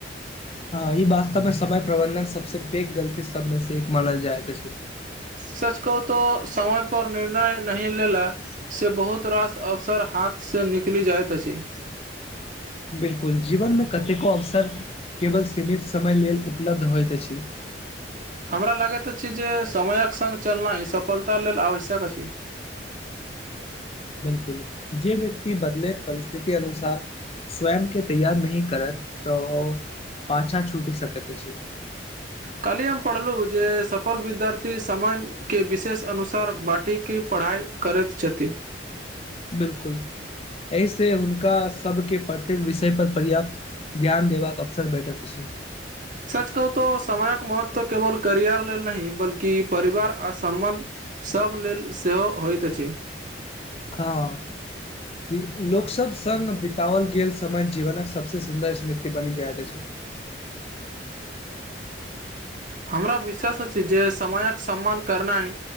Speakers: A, on the left; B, on the right.
A: हँ ई वास्तव मे समय प्रबंधन सबसे पैघ गलती सबमे से एक मानल जाइत अछि
B: सच कहू तो समय पर निर्णय नहि लेला से बहुत रास अवसर हाथ से निकलि जाइत अछि
A: बिल्कुल जीवन मे कतेको अवसर केवल सीमित समय लेल उपलब्ध होइत अछि।
B: हमरा लागैत अछि जे समयक संग चलनाइ सफलता लेल आवश्यक अछि।
A: बिलकुल जे व्यक्ति बदलैत परिस्थिति अनुसार। स्वयं केँ तैयार नही करत तऽ ओ पाछा छूटि सकैत अछि।
B: काल्हि हम पढ़लहुँ जे सफल विद्यार्थी समयके विशेष अनुसार बाटिक। की पढ़ाइ करैत छथि।
A: बिलकुल एहि से हुनका सबके प्रत्येक विषय पर पर्याप्त। ध्यान देबाक अवसर भेटत अछि
B: सच कहू तो समयक महत्व केवल करियर लेल नहि बल्कि परिवार आ सम्बन्ध। सभ लेल सेहो होइत अछि।
A: हँ। की लोक सब सग बितओल गेल समान जीवनक सबसे सुन्दर स्मृति बनि जायइत अछि।
B: हमरा विश्वास अछि जे समयक सम्मान करनाइ।